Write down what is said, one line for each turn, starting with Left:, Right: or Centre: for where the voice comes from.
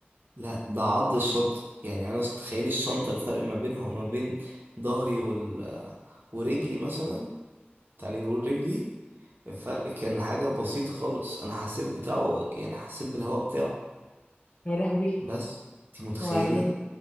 Right: لا ده عض الشنطة يعني انا تخيل الشنطة الفرق ما بينها وما بين ظهري وال ورجلي مثلا تعالي نقول رجلي الفرق كان حاجة بسيطة خالص انا حسيت بتاعه يعني حسيت بالهوا بتاعه
Left: يا لهوي
Right: بس انت متخيلة
Left: وبعدين